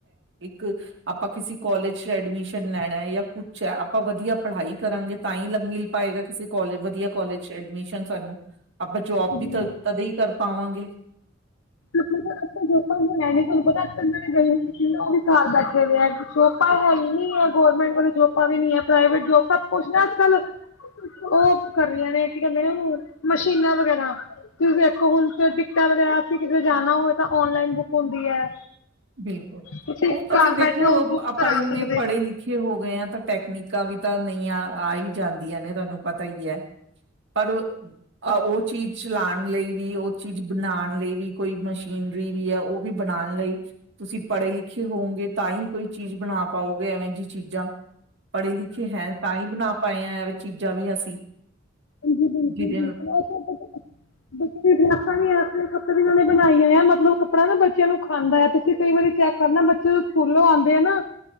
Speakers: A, on the right; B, on the left.
A: ਇੱਕ ਆਪਾਂ ਕਿਸੇ ਕਾੱਲੇਜ ਚ ਐਡਮਿਸ਼ਨ ਲੈਣਾ ਜਾਂ ਕੁਛ ਹੈ, ਆਪਾਂ ਵਧੀਆ ਪੜ੍ਹਾਈ ਕਰਾਂਗੇ ਤਾਂ ਹੀ ਮਿਲ ਪਾਏਗਾੇ ਕੋਾਲ ਵਧੀਆ ਕੋਾਲਜ ਚ ਐਡਮਿਸ਼ਨ ਸਾਨੂੰ ਆਪਾਂ ਜੋਬ
B: ਜੀ
A: ਵੀ ਤਾਂ ਤਦੇ ਕਰ ਪਾਵਾਂਗੇ
B: ਅੱਜ ਜੋਬਾਂਣ ਨ ਤੁਹਾਨੂੰ ਪਤਾ ਅੱਜ ਕੱਲਨਾਂ ਨੇ ਗਈ ਮਸ਼ੀ ਉਹ ਵਿਖਾਰ ਬੈਠੇ ਦੇ, ਜੋਬਾਂ ਹੈ ਹੀ ਨੀ ਹੈ ਗੌਰਰਮੈਂਟ ਵਾਲ ਜੋਬਾਂ ਵੀ ਨ ਹੈ ਪ੍ਰਾਈਵੇਟ ਜੋਬਾਂ ਸਭ ਕੁਛ ਨਾ ਅੱਜ ਕੱਲ ਉਹ ਕਰ ਰਹੀਆਂ ਨੇ ਕੀ ਕਹਿੰਦੇ ਨੇ ਹ ਮਸ਼ੀਨਾਂ ਵਗੈਰਾ ਤੁਂ ਦੇਖੋ ਹੁਣ ਟਿਕਟਾਂ ਵਗੈਰਾ ਤੁ ਕਿਤੇ ਜਾਣਾ ਹੋਵੇ ਤਾਂ ਔਨਲਾਈਨ ਬੁੱਕ ਹੁੰਦੀ ਹੈ।
A: ਬਿਲਕੁਲ
B: ਤੁਸੀਂ
A: ਉਹ ਤਾਂ
B: ਘਰ
A: ਫਿਰ ਦੇਖੋ
B: ਬੈਠੇ ਉਹ ਬੁੱਕ
A: ਆਪਾਂ
B: ਕਰਾ
A: ਇਨੇ
B: ਸਕਦੇ
A: ਪੜ੍ਹੇ
B: ਹੋ
A: ਲਿਖੇ ਹੋ ਗਏ ਹਾਂ ਤਾਂ ਟੈਕਸ ਤਕਨੀਕਾਂ ਵੀ ਤਾਂ ਨਹੀਂਆਂ ਆ ਹੀ ਜਾਂਦੀਆਂ ਨੇ ਤੁਹਾਨੂੰ ਪਤਾ ਤਾਂ ਹੀ ਹੈ, ਪਰ ਉਹ ਚੀਜ਼ ਚਲਾਉਣ ਲਈ ਵੀ, ਉਹ ਚੀਜ਼ ਬਣਾਉਣ ਲਈ ਵੀ ਕੋਈ ਮਸ਼ੀਨਰੀ ਵੀ ਹੈ, ਉਹ ਵੀ ਬਣਾਉਣ ਲਈ ਤੁਸੀਂ ਪੜ੍ਹੇ ਲਿਖੇ ਹੋਵਗੇ ਤਾਂ ਹੀ ਕੋਈ ਚੀਜ਼ ਬਣਾ ਪਾਓਗੇ, ਐਵੇਂ ਜਿਹੀ ਚੀਜ਼ਾਂ ਪੜ੍ਹੇ ਲਿਖੇ ਹੈ, ਤਾਂ ਹੀ ਬਣਾ ਪਾਏ ਐ। ਚੀਜ਼ਾਂ ਵੀ ਅਸੀਂ
B: ਹਾਂ ਬਿਲਕੁਲ
A: ਜਿਹਦੇ ਨਾਲ
B: ਬਿਲਕੁਲ <inaudible> ਵੀ ਨੇ ਬਣਾਈਆਂ ਮਤਲਬ ਕੱਪੜਾ ਨਾ ਬੱਚਿਆਂ ਨੂੰ ਖਾਂਦਾ ਆ ਤੁਸੀਂ ਕਈ ਵਾਰੀ ਚੈੱਕ ਕਰਨਾ ਬੱਚੇ ਸਕੂਲੋਂ ਆਉਂਦੇ ਆ ਨਾ